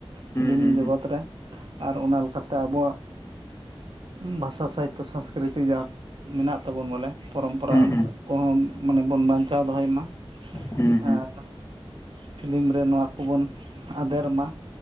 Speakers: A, on the left; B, on the right.
A: ᱦᱩᱸ
B: ᱯᱷᱤᱞᱤᱢ
A: ᱦᱩᱸ
B: ᱡᱚᱜᱚᱛ ᱨᱮ ᱟᱨ ᱚᱱᱟ ᱞᱮᱠᱟᱛᱮ ᱟᱵᱚᱣᱟᱜ ᱵᱷᱟᱥᱟ ᱥᱟᱭᱤᱛ ᱛᱚ ᱥᱚᱝᱥᱠᱨᱤᱛᱤ ᱡᱟ ᱢᱮᱱᱟᱜ ᱛᱟᱵᱚᱱ ᱵᱚᱞᱮ ᱯᱚᱨᱚᱢᱯᱚᱨᱟᱹ᱾
A: ᱦᱩᱸ
B: ᱠᱚᱦᱚᱸ ᱢᱟᱱᱮ ᱵᱚᱱ ᱵᱟᱧᱪᱟᱣ ᱫᱚᱦᱚᱭ ᱢᱟ᱾
A: ᱦᱩᱸ ᱦᱩᱸ
B: ᱟᱨ ᱯᱷᱤᱞᱤᱢ ᱨᱮ ᱱᱚᱣᱟ ᱠᱚᱵᱚᱱ ᱟᱫᱮᱨ ᱢᱟ᱾